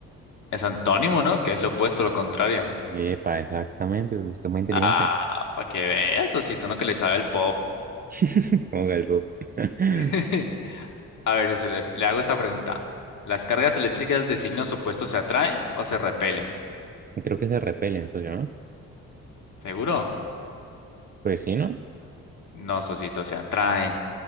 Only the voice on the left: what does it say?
Es antónimo, ¿no? Que es lo opuesto, lo contrario.
Ah, para que veas, socito, uno que le sabe al pop.
<laughs> A ver, socio, le, le hago esta pregunta. ¿Las cargas eléctricas de signos opuestos se atraen o se repelen?
¿Seguro?
No, socito, se atraen.